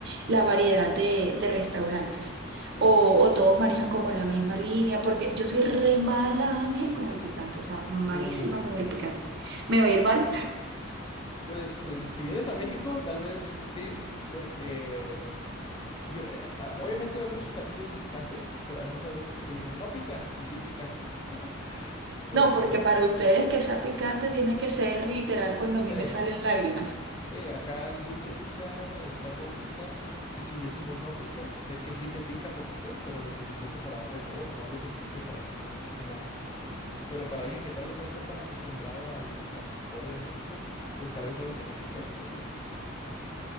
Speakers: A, on the right; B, on the left.
A: la variedad de, de restaurantes.
B: Sí.
A: O, o todos manejan como la misma línea, porque yo soy re mala, Ángel, con el picante, o sea, malísima
B: Uf,
A: con el picante. ¿Me va a ir mal?
B: pues en- si vienes a México, tal vez sí, porque yo, eh, ah, obviamente hay muchos platillos sin picante, pero hay muchas veces que te dicen no pica y sí pica, <laughs> porque
A: No, porque para ustedes que sea picante tiene que ser literal cuando
B: sí,
A: a mí me salen lágrimas.
B: Sí, acá el dulce pica, acá todo pica. Y si decimos no pica, es que sí te pica poquito, pero lo suficiente para darle sabor, no lo suficiente para que estés así como... Pero para alguien que tal vez no está tan acostumbrado al, al picor de México, pues tal vez algo que no pica sí le pica, <laughs> ¿sabes?